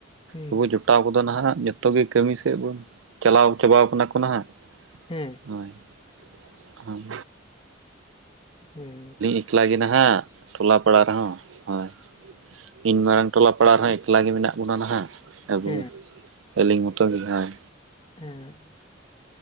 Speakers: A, on the left (about 30°); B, on the right (about 80°).
A: ᱦᱮᱸ
B: ᱟᱵᱚ ᱡᱚᱴᱟᱣ ᱠᱟᱚᱫ ᱱᱟᱦᱜ ᱡᱚᱛᱚ ᱜᱮ ᱠᱟᱹᱢᱤ ᱥᱮᱫ ᱵᱚᱱ ᱪᱟᱞᱟᱣ ᱪᱟᱵᱟᱣ ᱠᱟᱱᱟ ᱠᱚ ᱦᱟᱸᱜ
A: ᱦᱮᱸ
B: ᱦᱳᱭ ᱦᱟᱸ
A: ᱦᱩᱸ
B: ᱮᱠᱞᱟ ᱜᱮ ᱱᱟᱦᱟᱜ ᱴᱚᱞᱟ ᱯᱟᱲᱟ ᱨᱮᱦᱚᱸ ᱦᱳᱭ ᱤᱧ ᱢᱟᱨᱟᱝ ᱴᱚᱞᱟᱲᱟ ᱯᱟᱲᱟᱜ ᱨᱮᱦᱚᱸ ᱮᱠᱞᱟᱮ ᱢᱮᱱᱟᱜ ᱵᱚᱱᱟ ᱱᱟᱦᱜ ᱟᱹᱵᱩ
A: ᱦᱮᱸ
B: ᱜᱮ ᱟᱹᱞᱤᱧ ᱢᱚᱛᱚ ᱜᱮ ᱦᱟᱜ
A: ᱦᱮᱸ